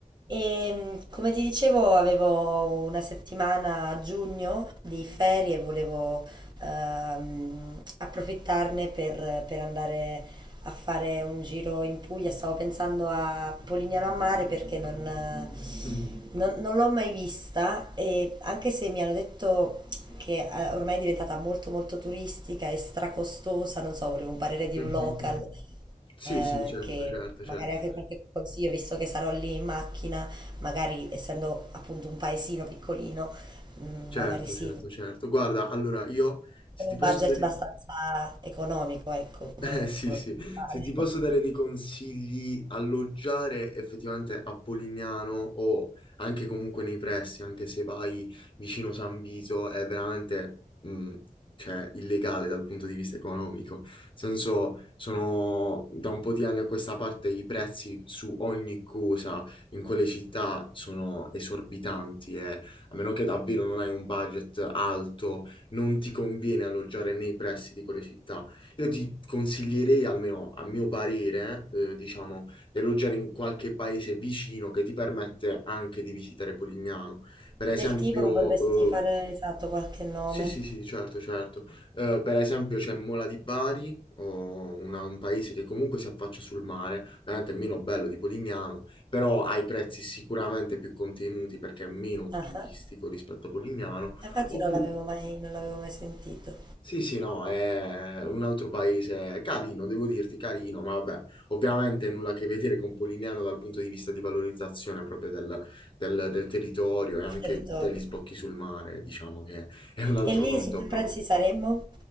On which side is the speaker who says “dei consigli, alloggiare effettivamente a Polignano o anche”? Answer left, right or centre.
Left